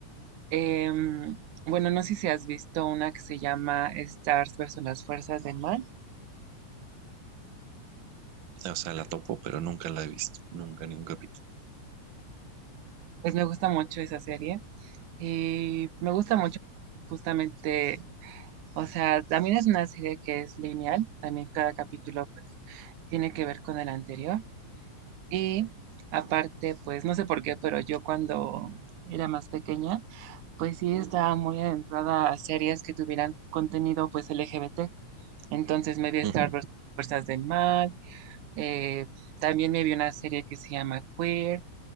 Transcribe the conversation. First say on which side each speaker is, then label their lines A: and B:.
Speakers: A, on the right; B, on the right.
A: Em, bueno, no sé si has visto una que se llama Stars versus las fuerzas del mal.
B: O sea, la topo, pero nunca la he visto, nunca ni un capítulo.
A: Pues me gusta mucho esa serie y me gusta mucho justamente, o sea, también es una serie que es lineal, también cada capítulo pues tiene que ver con el anterior y aparte pues no sé por qué, pero yo cuando era más pequeña pues sí estaba muy adentrada a series que tuvieran contenido pues LGBT, entonces me vi Star
B: <laughs>
A: versus las fuerzas del mal. Eh, también me vi una serie que se llama Queer,